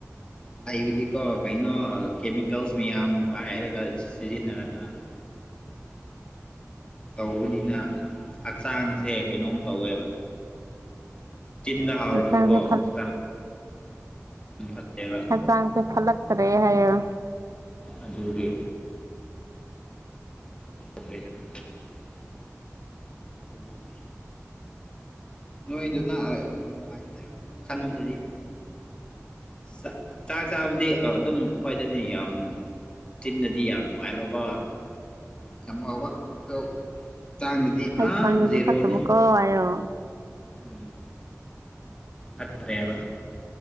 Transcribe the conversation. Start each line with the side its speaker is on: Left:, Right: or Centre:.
Left: ꯂꯩꯕꯗꯤꯀꯣ ꯀꯩꯅꯣ ꯀꯦꯃꯤꯀꯦꯜꯁ ꯃꯌꯥꯝ ꯄꯥꯏꯔꯒ ꯁꯤꯖꯤꯟꯅꯔꯒ <inaudible> ꯇꯧꯕꯅꯤꯅ ꯍꯛꯆꯥꯡꯁꯦ ꯀꯩꯅꯣꯝ ꯇꯧꯋꯦꯕ ꯆꯤꯟꯗ ꯍꯥꯎꯔꯁꯨꯀꯣꯥ
Right: ꯍꯛꯆꯥꯡꯁꯦ ꯐꯠ
Left: ꯍꯛꯆꯥꯡ ꯐꯠꯇꯦꯕ
Right: ꯍꯛꯆꯥꯡꯁꯦ ꯐꯂꯛ ꯇꯔꯦ ꯍꯥꯏꯌꯣ
Left: ꯑꯗꯨꯒꯤ <unintelligible> ꯑꯗꯨꯒꯤꯅꯦ ꯅꯣꯏꯒꯤꯗꯨꯅ ꯑꯥꯏ ꯃꯥꯏꯗ ꯈꯟꯕꯗꯨꯗꯤ ꯆꯛ ꯆꯥꯛ ꯆꯥꯕꯗꯤ ꯑ ꯑꯗꯨꯝ ꯈꯣꯏꯗꯗꯤ ꯌꯥꯝ ꯆꯤꯟꯗꯗꯤ ꯌꯥꯝ ꯅꯨꯡꯉꯥꯏꯕꯀꯣ ꯌꯥꯝ ꯍꯥꯎꯕ ꯑꯣꯛ ꯇꯥꯡꯅꯗꯤ
Right: ꯍꯛꯆꯥꯡꯁꯦ
Left: ꯑꯥ ꯖꯦꯔꯣꯅꯦ
Right: ꯐꯠꯇꯕꯀꯣ ꯍꯥꯏꯌꯣ
Left: ꯎꯝ ꯐꯠꯇ꯭ꯔꯦꯕ